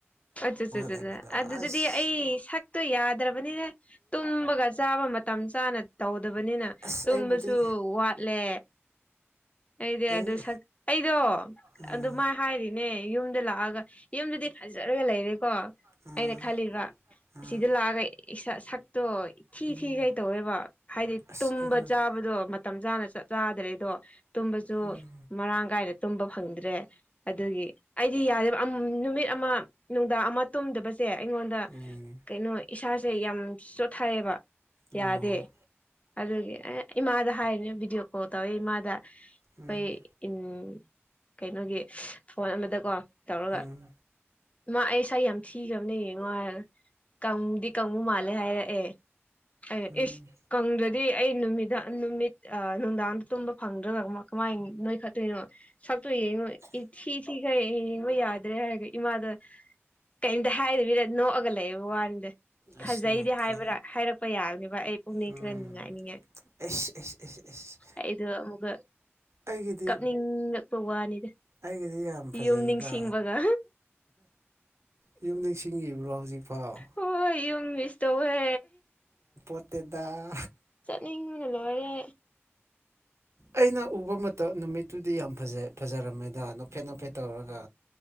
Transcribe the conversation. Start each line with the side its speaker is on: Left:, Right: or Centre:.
Left: ꯑꯣ
Right: ꯂꯩꯕꯗꯣ
Left: ꯑꯠꯠ
Right: ꯑꯁ
Left: ꯑꯗꯨꯗꯤ ꯑꯩ ꯁꯛꯇꯣ ꯌꯥꯗ꯭ꯔꯕꯅꯤꯅꯦ ꯇꯨꯝꯕꯒ ꯆꯥꯕ ꯃꯇꯝ ꯆꯥꯅ ꯇꯧꯗꯕꯅꯤꯅ
Right: ꯑꯁ
Left: ꯇꯨꯝꯕꯁꯨ
Right: ꯑꯩꯕꯨꯗꯤ
Left: ꯋꯥꯠꯂꯦ ꯑꯩꯗꯤ
Right: ꯑꯩ
Left: ꯑꯗꯨ ꯑꯩꯗꯣ
Right: ꯑꯥ
Left: ꯑꯗꯨꯃꯥꯏ ꯍꯥꯏꯔꯤꯅꯦ ꯌꯨꯝꯗ ꯂꯥꯛꯑꯒ ꯌꯨꯝꯗꯨꯗꯤ ꯐꯖꯔꯒ ꯂꯩꯔꯦꯀꯣ
Right: ꯑꯥ
Left: ꯑꯩꯅ ꯈꯜꯂꯤꯕ
Right: ꯑꯥ
Left: ꯑꯁꯤꯗ ꯂꯥꯛꯑꯒ ꯏꯁꯥ ꯁꯛ ꯇꯣ ꯊꯤ
Right: ꯎꯝ
Left: ꯊꯤ ꯀꯩ ꯇꯧꯋꯦꯕ ꯍꯥꯏꯗꯤ
Right: ꯑꯁ
Left: ꯇꯨꯝꯕ
Right: ꯑꯩꯉꯣꯟꯗ
Left: ꯆꯥꯕꯗꯣ ꯃꯇꯝ ꯆꯥꯅ ꯆ ꯆꯥꯗ꯭ꯔꯦ ꯑꯗꯣ ꯇꯨꯝꯕꯁꯨ
Right: ꯎꯝ
Left: ꯃꯔꯥꯡ ꯀꯥꯏꯅ ꯇꯨꯝꯕ ꯐꯪꯗ꯭ꯔꯦ ꯑꯗꯨꯒꯤ ꯑꯩꯗꯤ ꯌꯥꯗꯦꯕ ꯅꯨꯃꯤꯠ ꯑꯃ ꯅꯨꯡꯗꯥꯡ ꯑꯃ ꯇꯨꯝꯗꯕ ꯁꯦ ꯑꯩꯉꯣꯟꯗ
Right: ꯎꯝ
Left: ꯀꯩꯅꯣ ꯏꯁꯥꯁꯦ ꯌꯥꯝ ꯆꯣꯠꯊꯩꯌꯦꯕ
Right: ꯑꯣ
Left: ꯌꯥꯗꯦ ꯑꯗꯨꯒꯤ ꯑꯦ ꯏꯃꯥꯗ ꯍꯥꯏꯔꯤꯅꯦ ꯚꯤꯗꯤꯑꯣ ꯀꯣꯜ ꯇꯧꯋꯦ ꯏꯃꯥꯗ
Right: ꯎꯝ
Left: ꯑꯩꯈꯣꯏ ꯀꯩꯅꯣꯒꯤ ꯐꯣꯟ ꯑꯃꯗꯀꯣ ꯇꯧꯔꯒ
Right: ꯎꯝ
Left: ꯃꯥ ꯑꯩꯁꯥ ꯌꯥꯝ ꯊꯤꯈꯕꯅꯦꯉꯅꯨꯡꯉꯥꯏ ꯀꯥꯡꯗꯤ ꯀꯥꯡꯕꯨ ꯃꯥꯜꯂꯦ ꯍꯥꯏꯔꯛꯑꯦ ꯑꯩꯅ
Right: ꯎꯝ
Left: ꯏꯁ ꯗꯤ ꯑꯩ ꯅꯨꯃꯤ ꯅꯨꯃꯤꯠ ꯅꯨꯡꯗꯥꯡꯗ ꯇꯨꯝꯕ ꯐꯪꯗ꯭ꯔꯅ ꯀꯃꯥꯏ ꯅꯣꯏꯈꯠꯇꯣꯏꯅꯣ ꯏ ꯊꯤ ꯊ ꯀ ꯌꯥꯗ꯭ꯔꯦ ꯍꯥꯏꯔꯒ ꯏꯃꯥꯗ ꯀꯩꯝꯇ ꯍꯥꯏꯗꯕꯤꯅ ꯅꯣꯛꯑꯒ ꯂꯩꯑꯦꯕ ꯋꯥꯅꯤꯗ
Right: ꯑꯁ
Left: ꯐꯖꯩꯗꯤ
Right: ꯅꯨꯡꯉꯥꯏꯇꯦ
Left: ꯍꯥꯏꯕ ꯍꯥꯏꯔꯛꯄ ꯌꯥꯒꯅꯦꯕ ꯑꯩ ꯄꯨꯛꯅꯤꯡ
Right: ꯎꯝ
Left: ꯈꯔ ꯅꯨꯡꯉꯥꯏꯅꯤꯡꯉꯥꯏ
Right: ꯑꯦꯁ ꯑꯦꯁꯤ ꯑꯦꯁ ꯑꯦꯁ
Left: ꯑꯩꯗꯣ ꯑꯃꯨꯛꯀ
Right: ꯑꯩꯒꯤꯗꯤ
Left: ꯀꯞꯅꯤꯡꯉꯛꯄ ꯋꯥꯅꯤꯗ
Right: ꯑꯩꯒꯤꯗꯤ ꯌꯥꯝ ꯐꯖꯩꯌꯦꯗ
Left: ꯌꯨꯝ ꯅꯤꯡꯁꯤꯡ ꯒ
Right: ꯌꯨꯝ ꯅꯤꯡꯁꯤꯡꯉꯤꯕ꯭ꯔꯣ ꯍꯧꯖꯤꯛꯐꯥꯎ
Left: ꯍ ꯃꯤꯁ ꯇꯧ ꯍꯦ
Right: ꯐꯠꯇꯦꯗ
Left: ꯆꯠꯅꯤꯡꯉꯨꯅꯦ ꯂꯣꯏꯔꯦ
Right: ꯑꯩꯅ ꯎꯕ ꯃꯇꯝ ꯅꯨꯃꯤꯠꯇꯨꯗꯤ ꯌꯥꯝ ꯐꯖ ꯐꯖꯔꯝꯃꯤꯗ ꯅꯣꯐꯦꯠ ꯅꯣꯞꯐꯦꯠ ꯇꯧꯔꯒ